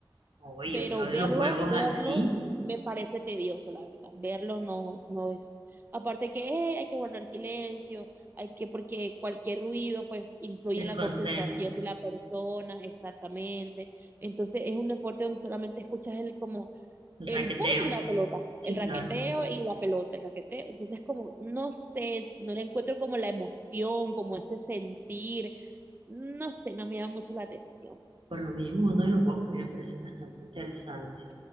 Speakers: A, on the right; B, on the right.
A: Oye,
B: Pero
A: otro
B: verlo,
A: de los juegos
B: verlo
A: así,
B: me parece tedioso, la verdad. Verlo no, no es. Aparte que eh, hay que guardar silencio, hay que, porque cualquier ruido pues influye
A: desconcentra,
B: en la concentración de la persona, exactamente. Entonces es un deporte donde solamente escuchas el como
A: el
B: el
A: raqueteo.
B: boom de la pelota,
A: Sí,
B: el raqueteo
A: claro.
B: y la pelota, el raqueteo. Entonces, como, no sé, no le encuentro como la emoción, como ese sentir, no sé, no me llama mucho la atención.
A: Por lo mismo, uno de los juegos que a mí me parece bastante interesante,